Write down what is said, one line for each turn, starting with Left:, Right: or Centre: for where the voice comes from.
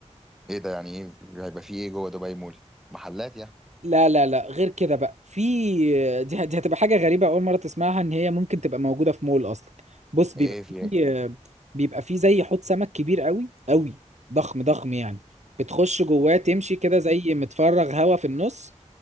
Centre: ايه ده يعني ايه هيبقى في ايه جوه دبي مول محلات يعني
Right: لا لا لا غير كده بقى في آه، دي دي هتبقى حاجة غريبة أول مرة تسمعها إن هي ممكن تبقى موجودة في مول أصلا بص
Centre: ايه
Right: بيبقى
Centre: في
Right: في
Centre: ايه
Right: بيبقى في زي حوض سمك كبير قوي قوي ضخم ضخم يعني بتخش جواه تمشي كده زي متفرغ هوا في النص